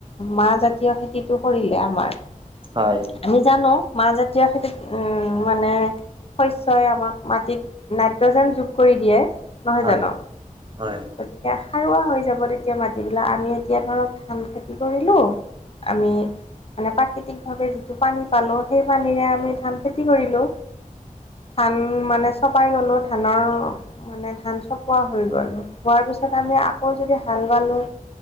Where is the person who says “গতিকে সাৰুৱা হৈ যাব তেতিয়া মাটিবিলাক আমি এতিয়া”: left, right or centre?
Left